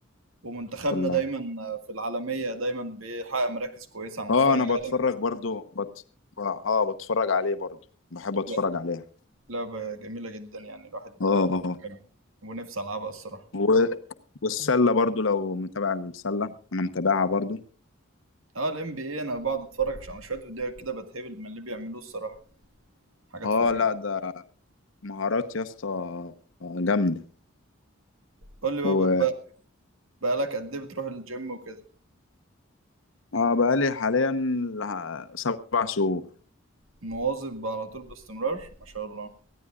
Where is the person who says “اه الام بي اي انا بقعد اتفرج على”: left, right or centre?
Right